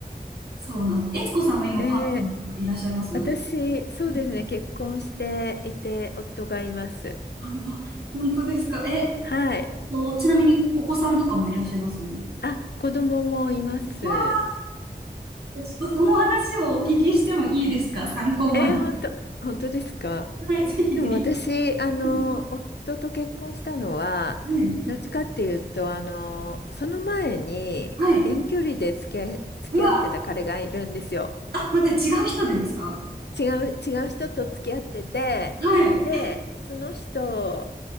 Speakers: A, on the right (about 70°); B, on the left (about 85°).
A: そうなんです。悦子さんは今、
B: えー、
A: パートナーとかいらっしゃいますう
B: 私、そうですね、
A: ん
B: 結婚していて、夫がいます。
A: あら、本当ですか。え、え
B: はい。
A: っと、ちなみにお子さんとかもいらっしゃいます
B: あ、子供もいます。
A: わちょっとその話をお聞きしてもいいですか参考まで。
B: えー、本当、本当ですか。
A: はい、ぜひぜひ。
B: でも私、あの、
A: うん
B: 夫と結婚したのは、
A: ね
B: どっちかっていうと、あの、その前に遠距離で付き合い、
A: はい。
B: 付き合ってた彼がいるんですよ。
A: うわ、あ、待って、違う人でですか
B: 違う、違う人と付き合ってて、
A: はい。
B: で、その人